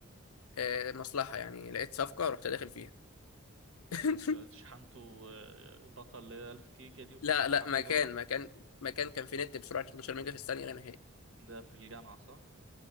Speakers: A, on the left (about 90°); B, on the right (about 65°).
A: آه، مصلحة يعني لقيت صفقة رحت داخل فيها <laughs>
B: كنت شحنته آه، باقة اللي هي 1000 جيجا دي وكل
A: لا
B: واحد
A: لا
B: حمل
A: مكان
B: وعلي
A: مكان مكان كان في نت بسرعة 12 ميجا في الثانية لا نهائي
B: ده في الجامعة صح؟